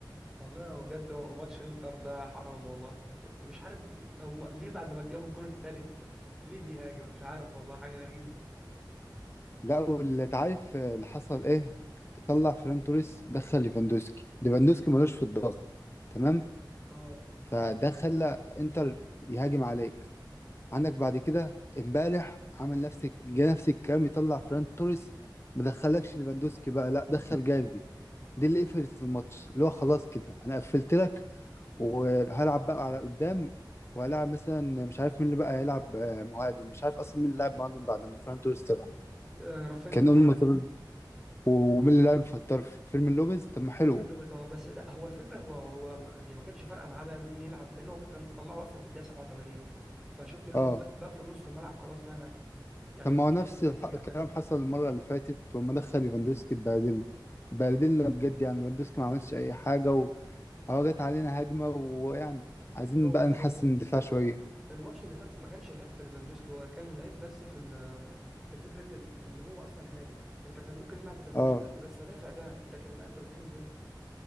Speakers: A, in the centre; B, on the left (about 35°).
A: والله لو بجد هو ماتش انتر ده حرام والله مش عارف هم ليه بعد ما جابوا الجون التالت ليه بيهاجم مش عارف والله حاجة غريبة
B: لا واللي عارف اللي حصل ايه طلع فيران توريس دخل ليفاندوسكي ليفاندوسكي ملوش في الضغط تمام
A: اه
B: فده خلى انتر يهاجم عليك عندك بعد كده امبارح عمل نفس جه نفس الكلام يطلع فيران توريس ما دخلكش ليفاندوسكي بقى لا دخل جافي دي اللي قفلت الماتش اللي هو خلاص كده انا قفلت لك وهلعب بقى على قدام وهلعب مثلا مش عارف مين اللي بقى هيلعب آه، مهاجم مش عارف اصلا مين اللي لعب مهاجم بعد ما فيران توريس طلع
A: آه، رافينيا
B: كان اول ما ومين اللي لعب فتار في فيلم لوبيز طب ما حلو
A: فيرمين لوبيز اه بس لا هو الفكرة هو هو ما- هي ما كانتش فارقة معاه بقى مين يلعب لأنه كان طلعه أصلا في الدقيقة 87 فشفت اللي
B: اه
A: هو بقى في النص الملعب خلاص بقى أنا يعني
B: طب ما
A: بحط
B: هو نفس
A: على النتيجة
B: الح- الكلام
A: فاهم
B: حصل المرة اللي فاتت وما دخل ليفاندوسكي اتبهدلنا اتبهدلنا بجد يعني ليفاندوسكي ما عملش أي حاجة وهو جت علينا هجمة ويعني عايزين
A: هو
B: بقى
A: ال-
B: نحسن الدفاع شوية
A: الماتش اللي فات ما كانش العيب في ليفاندوسكي هو كان العيب بس في ال... في فكره ان ان هو اصلا هاجم انت كان ممكن يلعب ليفاندوسكي
B: اه
A: عادي بس هدافع بقى لكن لا انت بتهاجم ليه